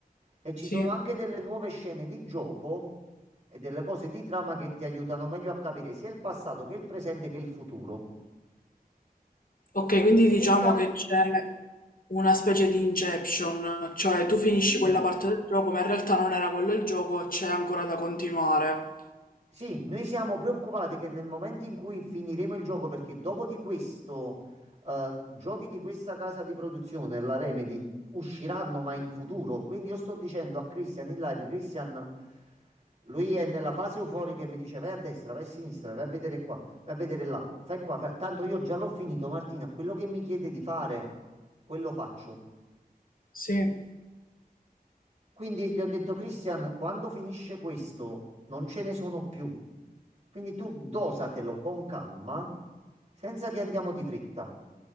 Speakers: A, on the right; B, on the left.
A: e ci
B: Sì.
A: sono anche delle nuove scene di gioco e delle cose di trama che ti aiutano meglio a capire sia il passato che il presente che il futuro.
B: Ok, quindi
A: Noi
B: diciamo
A: stiamo,
B: che c'è una specie di inception, cioè tu finisci
A: sì,
B: quella parte del gioco, ma in realtà non era quello il gioco, c'è ancora da continuare.
A: Sì, noi siamo preoccupati che nel momento in cui finiremo il gioco, perché dopo di questo, eh, giochi di questa casa di produzione, la Remedy, usciranno ma in futuro. Quindi io sto dicendo a Christian in live, Christian, lui è nella fase euforica e mi dice vai a destra, vai a sinistra, vai a vedere qua, vai a vedere là, fai qua, fai-". tanto io già l'ho finito, Martina, quello che mi chiede di fare, quello faccio.
B: Sì,
A: Quindi gli ho detto, Christian, quando finisce questo non ce ne sono più. Quindi tu dosatelo con calma, senza che andiamo di fretta.